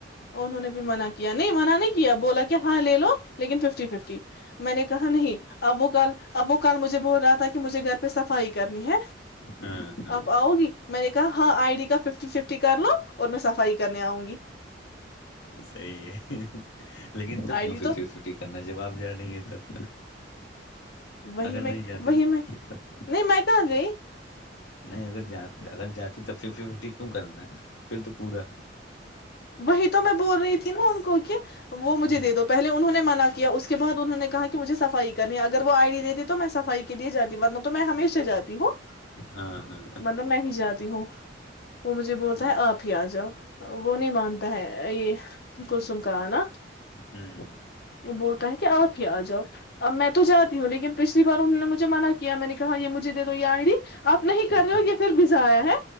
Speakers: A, on the left; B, on the left.
A: انہوں نے منع کیا نہیں منع نہیں کیا بولا کہ ہاں لے لو لیکن ففٹی ففٹی میں نے کہا نہیں اب وہ کال اب وہ کال مجھے بول رہا تھا کہ مجھے گھر پہ صفائی کرنی ہے
B: ہاں ہاں
A: آپ آؤ گی میں نے کہا ہاں آئی ڈی کا ففٹی ففٹی کر لو اور میں صفائی کرنے آؤں گی
B: سی ہے لیکن تب
A: آئی
B: کیوں
A: ڈی
B: ففٹی
A: تو
B: ففٹی کرنا جب آپ جا رہی ہیں تب
A: وہیں
B: اگر
A: میں
B: نہیں جاتی
A: وہیں
B: تو
A: میں
B: تب
A: نہیں میں کہاں گئی
B: نہیں اگر ج اگر جاتی تو فف فٹی کیوں کرنا پھر تو پورا
A: وہی تو میں بول رہی تھی نا ان کو کہ وہ مجھے
B: ہاں
A: دے دو پہلے انہوں نے منع کیا اس کے بد انہوں نے کہا کہ مجھے صفائی کرنی ہے اگر وہ آئیڈی دیتی تو میں صفائی کے لیے جی ہوں ورنہ تو میں ہمیشہاتی ہوں
B: ہاں ہاں
A: مطلب میں ہی جاتی ہوں وہ مجھے بولتا
B: ہوں
A: ہے آپ ہی آ جاؤ وہ نہیں مانتا ہے یہ ان کوسن کا آنا
B: ہوں
A: بولتا ہے کہ آپ ہی آ جاؤ اب میں تو جاتی ہوں لیکن پچھلی بار انہوں نے مجھے منع کیا میں نے کہا یہ مجھے دے دو یہ آئی آپ نہیں
B: ہوں،
A: کر رہے ہو یہ پھر بھیزایا ہے